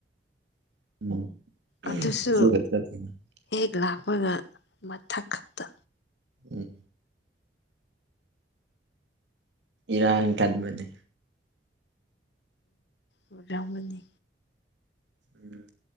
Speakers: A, on the right; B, on the left.
A: <unintelligible>
B: ꯑꯗꯨꯁꯨ ꯍꯦꯛ ꯂꯥꯛꯄꯒ ꯃꯊꯛ ꯈꯛꯇ
A: ꯎꯝ ꯏꯔꯥꯡ ꯇꯟꯕꯗꯤ
B: ꯎꯝꯔꯃꯅꯤ
A: ꯎꯝ